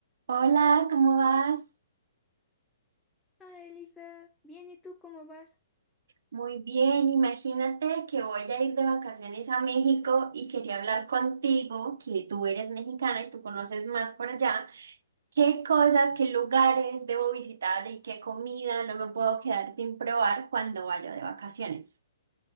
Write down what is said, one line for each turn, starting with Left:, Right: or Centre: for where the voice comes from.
Right: Hola, ¿cómo vas?
Centre: Ah, Elisa, bien, ¿y tú cómo vas?
Right: Muy bien, imagínate que voy a ir de vacaciones a México y quería hablar contigo, que tú eres mexicana y tú conoces más por allá. ¿Qué cosas, qué lugares debo visitar y qué comida no me puedo quedar sin probar cuando vaya de vacaciones?